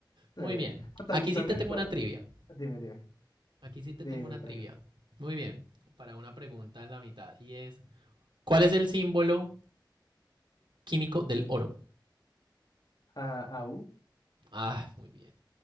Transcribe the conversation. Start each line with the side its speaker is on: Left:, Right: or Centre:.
Left: Sí.
Right: Muy
Left: No,
Right: bien.
Left: tam-
Right: Aquí
Left: también,
Right: sí te tengo
Left: pa-
Right: una trivia.
Left: dime, dime,
Right: Aquí sí te
Left: dime,
Right: tengo una
Left: pregunta.
Right: trivia. Muy bien, para una pregunta en la mitad. Y es, ¿cuál es el símbolo químico del oro?
Left: Ah, ¿aú?
Right: Ah, muy bien,